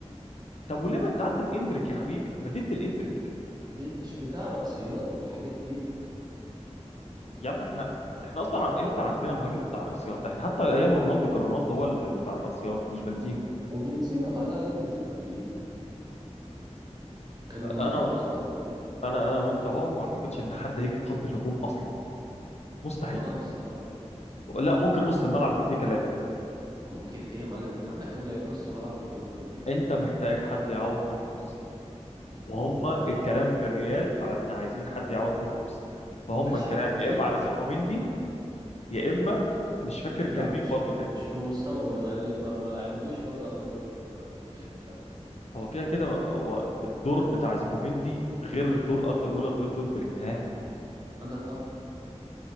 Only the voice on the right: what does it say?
مش بتاع رأسيات والحاجات دي
وبنزيما بعدها على الاقل بنزيما كان بيجيب كان مهاجم
محطة برضه
ولا نص الملعب
ممكن ايه يا معلم انت عندك كام لعيب نص ملعب وكلهم جامدين
ماشي
ما انت تجيب
لا
مش
مش في المستوى برضه يعني ما, ما لعبهوش برضه على ارض جولر ولا بلينجهام فاهم
انا فاهمك